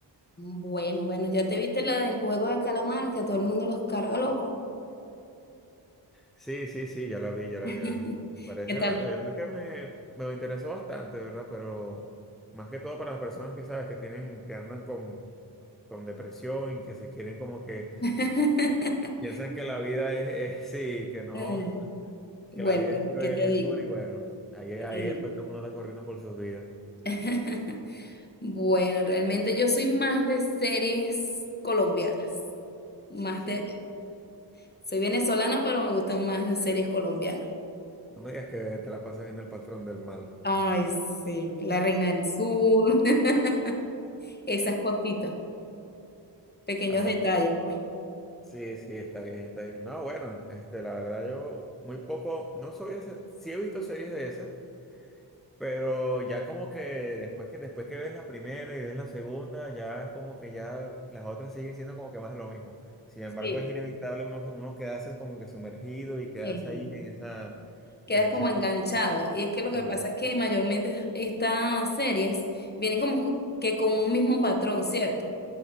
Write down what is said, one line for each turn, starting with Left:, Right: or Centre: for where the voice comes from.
Left: Bueno, bueno, ya te viste la del juego de calamar, que a todo el mundo los carga loco.
Centre: Sí, sí, sí, ya la vi, ya la
Left: <laughs>
Centre: vi, la verdad. Parece,
Left: ¿Qué tal?
Centre: la verdad que me, me interesó bastante, ¿verdad? Pero más que todo para las personas que sabes que tienen, que andan con, con depresión y que se quieren como que
Left: <laughs>
Centre: Piensan que la vida es, es- sí, que no,
Left: Eh, Bueno,
Centre: que la vida es cruel
Left: ¿qué te
Centre: y
Left: digo?
Centre: es dura y bueno, ahí, ahí
Left: ¿Qué te digo?
Centre: después todo el mundo está corriendo por sus vidas.
Left: <laughs> Bueno, realmente yo soy más de series colombianas, más
Centre: Sí,
Left: de allá. Soy venezolana, pero me gustan más las series colombianas.
Centre: no me digas que te la pasas viendo el patrón del mal.
Left: Ay, sí, la Reina del Sur, <laughs> Esas cositas, pequeños
Centre: Ah,
Left: detalles, pues.
Centre: sí, sí, está bien, está bien. No, bueno, este, la verdad yo muy poco, no soy ese, sí he visto series de esas, Pero ya como que después que después que ves la primera y ves la segunda, ya es como que ya las otras siguen siendo como que más de lo mismo. Sin embargo,
Left: sí,
Centre: es inevitable uno, uno quedarse como que sumergido y quedarse
Left: Eh,
Centre: ahí en esa,
Left: quedas
Centre: en ese,
Left: como enganchado. Y es que lo
Centre: sí,
Left: que pasa es que mayormente estas series vienen como que con un mismo patrón, ¿cierto?